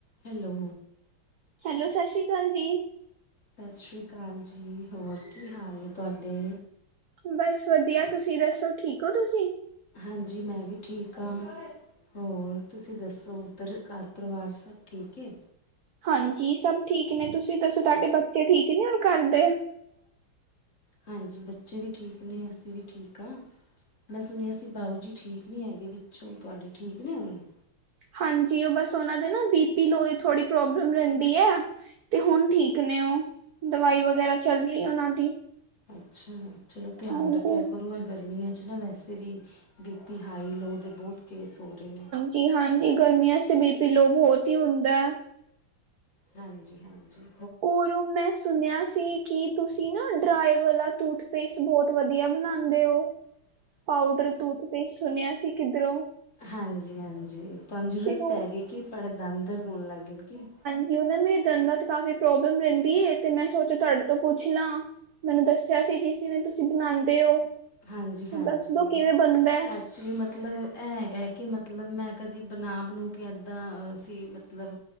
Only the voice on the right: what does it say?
hello ਸਸ ਰੀ ਕਾਲ ਜੀ।
ਬਸ ਵਦੀਆ, ਤੁਸੀਂ ਦੱਸੋ ਠੀਕ ਓਂ ਤੁਸੀਂ।
ਹਾਂਜੀ, ਸਬ ਠੀਕ ਨੇ ਤੁਸੀਂ ਦੱਸੋ ਤੁਆਡੇ ਬੱਚੇ ਠੀਕ ਨੇ ਔਰ ਕਰਦੇ।
ਹਾਂਜੀ ਓ ਬਸ ਓਨਾਂ ਦੇ ਨਾ ਬੀ ਪੀ ਲੋਅ ਦੀ ਥੋੜੀ ਪ੍ਰੋਬਲਮ ਰੈਂਦੀ ਐ। ਤੇ ਹੁਨ ਠੀਕ ਨੇ ਓ, ਦਵਾਈ ਵਗੈਰਾ ਚੱਲ ਰਈ ਐ ਓਨਾਂ ਦੀ।
ਹਾਂਜੀ।
ਜੀ ਹਾਂਜੀ ਗਰਮੀਆਂ ਚ ਤੇ ਬੀ ਪੀ ਲੋੋਅ ਬੋਤ ਈ ਹੁੰਦੈ।
ਓਰੋ ਮੈਸ ਸੁਨੇਆ ਸੀ ਕੀ ਤੁਸੀਂ ਨਾ ਡਰਾਏ ਵਾਲਾ ਟੂਥਪੇਸਟ ਬੋਤ ਵਦੀਆ ਬਨਾਂਦੇ ਓਂ।
ਪਾਊਡਰ, ਟੂਥਪੇਸਟ ਸੁਨੇਆ ਸੀ ਕਿੱਦਰੋਂ।
ਉਹ
ਜੀ ਓ ਨਾ ਮੇਰੇ ਦੰਦਾਂ ਚ ਕਾਫ਼ੀ ਪ੍ਰੋਬਲਮ ਰੈਂਦੀ ਏ ਤੇ ਮੈਂ ਸੋਚੇਆ ਤੁਆਡੇ ਤੋਂ ਪੁੱਛ ਲਾਂ। ਮੈਨੂੰ ਦੱਸਿਆ ਸੀ, ਕਿਸੀ ਨੇ ਤੁਸੀਂ ਬਣਾਉਂਦੇ ਹੋ,
ਦੱਸ ਦੋ ਕਿਵੇਂ ਬਣਦਾ ਹੈ।